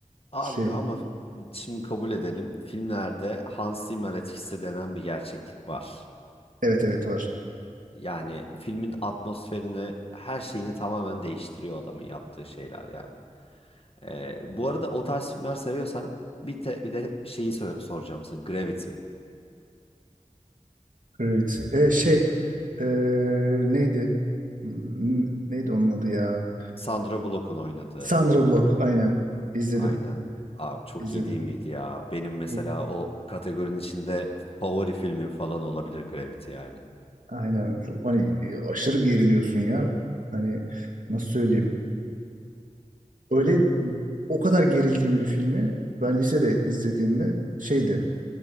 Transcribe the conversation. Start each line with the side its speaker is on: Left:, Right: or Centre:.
Left: Abi
Right: Şey,
Left: ama f- şimdi kabul edelim. Filmlerde Hans Zimmer etkisi denen bir gerçeklik var.
Right: evet evet var.
Left: Yani filmin atmosferini, her şeyini tamamen değiştiriyor adamın yaptığı şeyler yani. Ee, bu arada o tarz filmler seviyorsan bir, te- bir de şeyi sor- soracağım sana. Gravity.
Right: Evet. E, şey e, neydi? Hmm, Neydi onun adı ya?
Left: Sandra Bullock'un oynadığı.
Right: Sandra Bullock aynen. İzledim.
Left: Aynen. Abi çok
Right: İzledim.
Left: iyi değil miydi ya? Benim mesela
Right: Bu
Left: o kategorinin içinde favori filmim falan olabilir Gravity yani.
Right: Aynen. Çok- Hani aşırı geriliyorsun ya. Hani nasıl söyleyeyim? Öyle o kadar gerildiğim bir filmi ben lisede izlediğimde şeydi